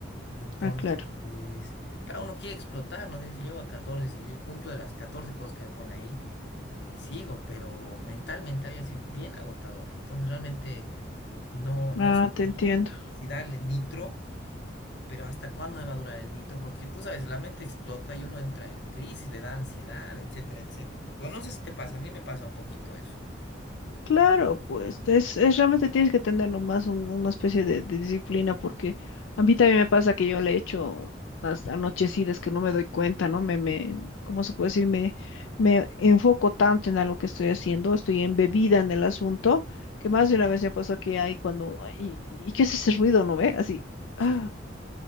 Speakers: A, on the left; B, on the left.
A: Entonces,
B: ah, claro.
A: claro, uno quiere explotar, ¿no? Dice, si llego a 14, si yo cumplo de las 14 cosas que me pone ahí, eh, sigo, pero mentalmente había sido bien agotador. Entonces, realmente no, no
B: Ah,
A: sé
B: te
A: si
B: entiendo.
A: si darle nitro pero ¿hasta cuándo me va a durar el nitro? Porque tú sabes, la mente explota y uno entra en crisis, le da ansiedad, etcétera, etcétera. Bueno, no sé si te pasa, a mí me pasa un poquito eso.
B: Claro, pues es, es realmente tienes que tener nomás un- una especie de, de disciplina porque a mí también me pasa que yo le echo las anochecidas que no me doy cuenta, ¿no? Me, me, ¿cómo se puede decir? Me, me enfoco tanto en algo que estoy haciendo, estoy embebida en el asunto, que más de una vez me pasó que hay cuando, ay, y, ¿y qué es ese ruido, no ve? Así,
A: Sí.
B: ah,